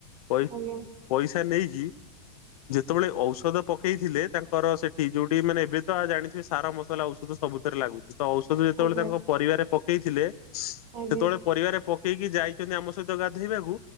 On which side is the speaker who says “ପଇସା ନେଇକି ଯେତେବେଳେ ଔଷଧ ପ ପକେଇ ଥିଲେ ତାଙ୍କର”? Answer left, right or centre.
Left